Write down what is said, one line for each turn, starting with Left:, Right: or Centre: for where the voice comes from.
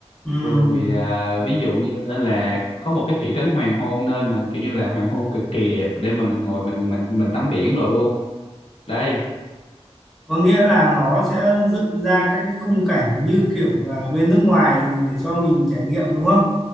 Centre: ừm.
Left: rồi à, ví dụ như là có một cái thị trấn hoàng hôn nơi mà kiểu như là hoàng hôn cực kỳ đẹp để mà mình ngồi mình mình mình tắm biển rồi luôn đây
Centre: Có nghĩa là nó sẽ dựng ra các cái khung cảnh như kiểu là bên nước ngoài để cho mình trải nghiệm đúng không?